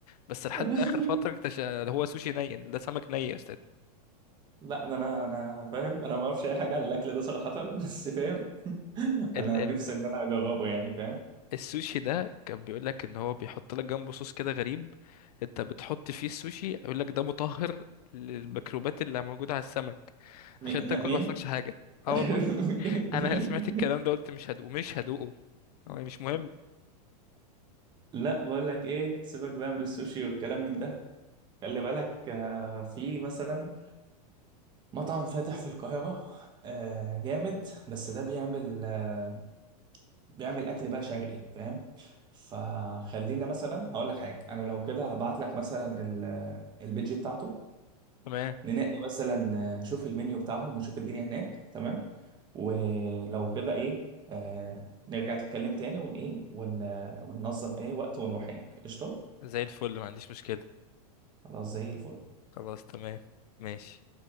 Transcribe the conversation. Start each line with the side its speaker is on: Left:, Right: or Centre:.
Left: بس لحد
Right: <laughs>
Left: اخر فترة اكتشف هو سوشي ني ده سمك ني يا
Right: لا ده انا انا فاهم انا ما اعرفش اي حاجه عن الاكل ده صراحه <laughs> بس فاهم <laughs>
Left: استاذ
Right: انا نفسي ان انا اجربه يعني فاهم
Left: السوشي ده كان بيقول لك ان هو بيحط لك جنبه صوص كده غريب انت بتحط فيه السوشي يقول لك ده مطهر للميكروبات اللي موجوده على السمك
Right: مي-
Left: عشان
Right: نا-
Left: تاكل
Right: مين
Left: ما يحصلكش حاجه
Right: <laughs>
Left: اه والله انا
Right: مين
Left: <laughs> سمعت الكلام ده قلت مش هدوقه مش هدوقه هو مش مهم
Right: لا بقول لك ايه سيبك بقى من السوشي والكلام من ده خلي بالك آه، في مثلا مطعم فاتح في القاهره آه، جامد بس ده بيعمل آه، بيعمل اكل بقى شرقي فاهم فخلينا مثلا هقول لك حاجه انا لو كده هبعت لك مثلا ال- البيج بتاعته
Left: تمام
Right: ننقي مثلا آه، شوف المنيو بتاعهم وشوف الدنيا هناك تمام ولو كده ايه آه نرجع نتكلم تاني ون ايه ون آه، وننظم ايه وقت ونروح هناك قشطه
Left: زي الفل ما عنديش مشكله
Right: خلاص زي الفل
Left: خلاص تمام ماشي